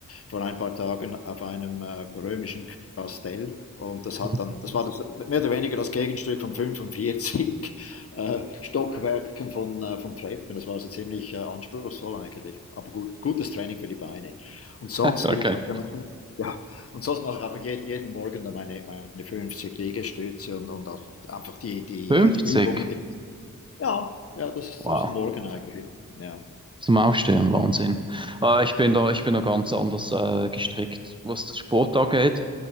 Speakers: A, on the left (about 45°); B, on the right (about 15°).
A: vor ein paar Tagen auf einem äh, römischen Kastell und das hat
B: mhm.
A: dann, das war das, mehr oder weniger das Gegenstück vom 45 äh, Stockwerken von, äh, von Treppen. Das war also ziemlich äh, anspruchsvoll eigentlich. Aber gut, gutes Training für die Beine. Und sonst
B: okay.
A: würde ich sagen, ja, und sonst mache ich einfach jeden, jeden Morgen dann meine, meine 50 Liegestütze und, und auch einfach die, die,
B: 50.
A: äh, die Übungen. Die, ja, ja, das ist,
B: Wow.
A: das ist am Morgen eigentlich. Ja,
B: Zum Aufstehen, Wahnsinn. Äh, ich bin da, ich bin da ganz anders äh, gestrickt, was das Sport angeht.